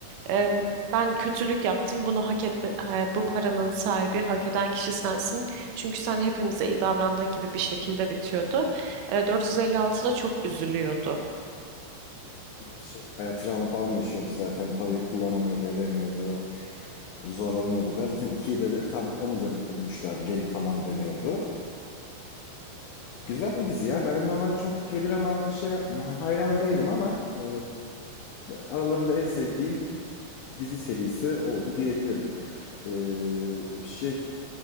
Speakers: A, on the right; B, on the left.
A: Ee, ben kötülük yaptım. Bunu hak etme, ha, bu paranın sahibi, hak eden kişi sensin. Çünkü sen hepimize iyi davrandığın gibi bir şekilde bitiyordu. Ee, 456 da çok üzülüyordu.
B: Evet, şey, bayağı travma falan yaşıyordu zaten. Parayı kullanamıyordu, edemiyordu. Zorlanıyordu. Bayağı zaten ikiyi de, de tam onun üzerine kurmuşlardı. Geri falan dönüyordu. Güzel dizi ya. Ben normalde çok K-drama şey yapma- hayranı değilim ama e, aralarında en sevdiğim dizi serisi oldu diyebilirim. E, şey